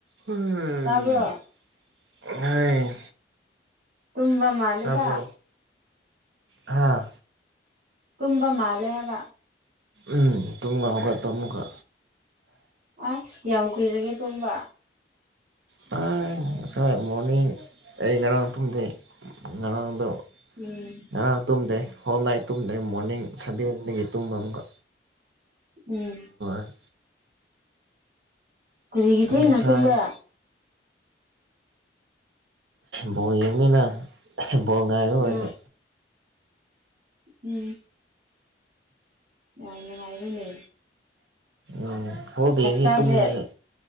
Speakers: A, on the right (about 75°); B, on the right (about 50°).
A: <unintelligible>
B: ꯇꯥꯕ꯭ꯔꯣ
A: ꯍꯥꯏ
B: ꯇꯨꯝꯕ ꯃꯥꯜꯂꯦꯗ
A: ꯇꯥꯕ꯭ꯔꯣ ꯍꯥꯥ
B: ꯇꯨꯝꯕ ꯃꯥꯂꯦ ꯍꯥꯏꯕ
A: ꯎꯝ ꯇꯨꯨꯝꯕ ꯍꯧꯒꯠꯄ ꯑꯃꯨꯛꯀꯥ
B: ꯑꯁ ꯀꯌꯥꯝ ꯀꯨꯏꯔꯒꯦ ꯇꯨꯝꯕ
A: ꯄꯥꯏ ꯉꯁꯥꯏ ꯃꯣꯔꯅꯤꯡ ꯑꯩ ꯉꯔꯥꯡ ꯇꯨꯝꯗꯦ ꯉꯔꯥꯡꯗꯣ
B: ꯎꯝ
A: ꯉꯔꯥꯡ ꯇꯨꯝꯗꯦ ꯍꯣꯜ ꯅꯥꯏꯠ ꯇꯨꯝꯗ꯭ꯔꯦ ꯃꯣꯔꯅꯤꯡ ꯁꯚꯦꯟꯗꯒꯤ ꯇꯨꯝꯕ ꯑꯃꯒ
B: ꯎꯝ
A: <unintelligible>
B: ꯀꯔꯤꯒꯤ ꯊꯦꯡꯅ
A: ꯉꯁꯥꯏ
B: ꯇꯨꯝꯕ꯭ꯔꯥ
A: ꯕꯣꯜ ꯌꯦꯡꯅꯤꯅ ꯕꯣꯜ ꯉꯥꯏꯕ ꯑꯣꯏꯅ
B: ꯎꯝ ꯎꯝ ꯌꯥꯥꯝ ꯅꯨꯉꯥꯏꯔꯦꯅꯦ
A: ꯎꯝ ꯍꯣꯜ ꯗꯦ
B: ꯀꯥꯗ꯭ꯔꯦ
A: ꯇꯨꯝꯃꯦ ꯑꯩ